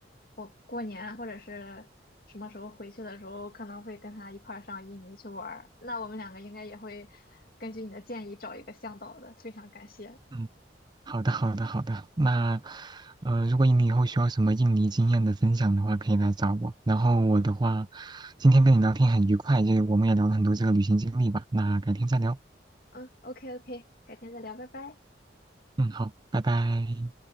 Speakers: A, on the left (about 50°); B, on the right (about 25°).
A: 我过年或者是什么时候回去的时候，可能会跟她一块儿上印尼去玩儿。那我们两个应该也会根据你的建议找一个向导的，非常感谢。
B: 嗯，好的，好的，好的。那呃，如果你以后需要什么印尼经验的分享的话，可以来找我。然后我的话，今天跟你聊天很愉快，就是我们也聊了很多这个旅行经历吧。那改天再聊。
A: 嗯，OK OK，改天再聊，拜拜。
B: 嗯，好，拜拜。